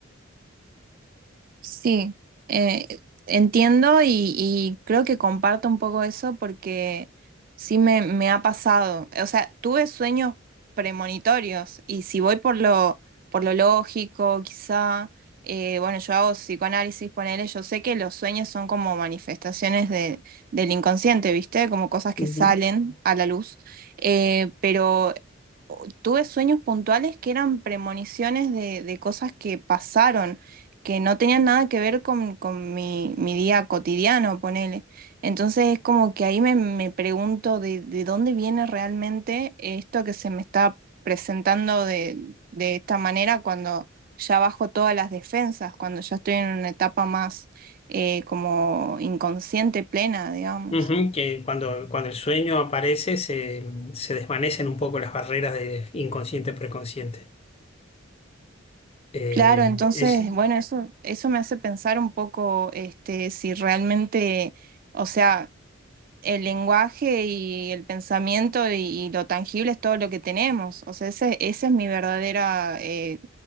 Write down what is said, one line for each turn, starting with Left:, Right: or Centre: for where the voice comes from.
Right: Sí, eh, entiendo y, y creo que comparto un poco eso porque sí me, me ha pasado. O sea, tuve sueños premonitorios y si voy por lo, por lo lógico, quizá, eh, bueno, yo hago psicoanálisis, ponele, yo sé que los sueños son como manifestaciones de- del inconsciente, ¿viste? Como cosas que
Left: Ujú.
Right: salen a la luz. Eh, pero o- tuve sueños puntuales que eran premoniciones de, de cosas que pasaron, que no tenían nada que ver con, con mi, mi día cotidiano, ponele. Entonces es como que ahí me, me pregunto de, de dónde viene realmente esto que se me está presentando de, de esta manera cuando ya bajo todas las defensas, cuando ya estoy en una etapa más eh, como inconsciente plena, digamos.
Left: Ujú, que cuando, cuando el sueño aparece se, se desvanecen un poco las barreras de inconsciente-preconsciente. Eh,
Right: Claro, entonces,
Left: es
Right: bueno, eso, eso me hace pensar un poco, este, si realmente, o sea, el lenguaje y el pensamiento y, y lo tangible es todo lo que tenemos. O sea, ese, ese es mi verdadera eh,